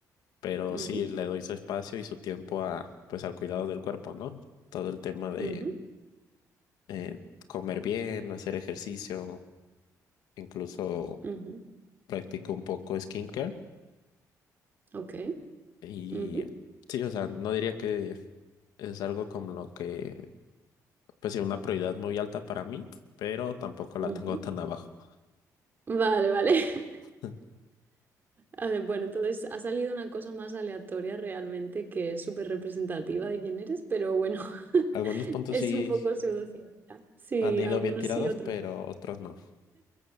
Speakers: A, on the left; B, on the right.
A: pero
B: Ujú,
A: sí le doy su espacio y su tiempo a, pues al cuidado del cuerpo, ¿no? Todo el tema de
B: ujú,
A: eh, comer bien, hacer ejercicio, incluso
B: ujú.
A: practico un poco skincare
B: Ok.
A: y
B: ujú,
A: sí, o sea, no diría que es algo como lo que, pues sí, una prioridad muy alta para mí, pero tampoco la
B: ujú.
A: tengo tan abajo.
B: Vale, vale. <laughs>
A: <laughs>
B: A ver, Bueno, entonces ha salido una cosa más aleatoria realmente que es súper representativa de quién eres, pero bueno, <laughs>
A: Algunos puntos
B: es
A: sí
B: un poco pseudociencia. Sí,
A: han ido
B: algunos
A: bien tirados,
B: sí, otros
A: pero
B: no.
A: otros no.